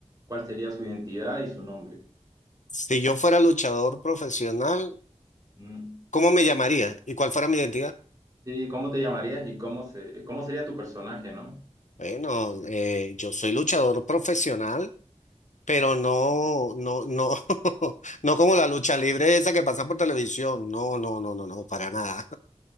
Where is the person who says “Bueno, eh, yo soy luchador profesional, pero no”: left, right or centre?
Left